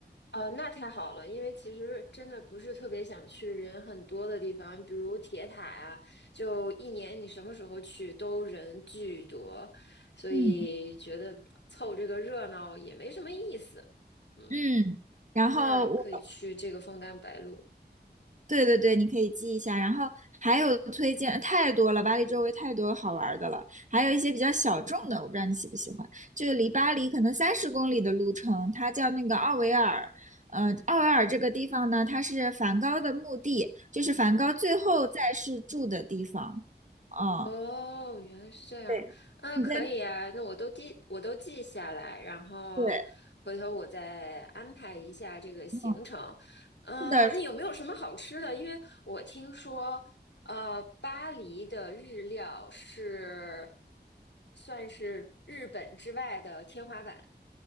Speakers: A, on the left; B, on the right.
A: 哦，那太好了，因为其实真的不是特别想去人很多的地方，比如铁塔呀，就一年你什么时候去都人巨多，所以觉得凑这个热闹也没什么意思。
B: 嗯
A: 嗯，
B: 嗯，然后我
A: 那可以去这个枫丹白露。
B: 对对对，你可以记一下。然后还有推荐太多了，巴黎周围太多好玩儿的了，还有一些比较小众的，我不知道你喜不喜欢。就离巴黎可能三十公里的路程，它叫那个奥维尔。呃，奥维尔这个地方呢，它是梵高的墓地，就是梵高最后在世住的地方。哦，
A: 哦，原来是这样啊，
B: 对，你在
A: 可以啊，那我都记，我都记下来，然后回头我再安排一下这个行程。
B: 对，嗯，
A: 嗯、
B: 是的，
A: 那有没有什么好吃的？因为我听说，呃，巴黎的日料是算是日本之外的天花板。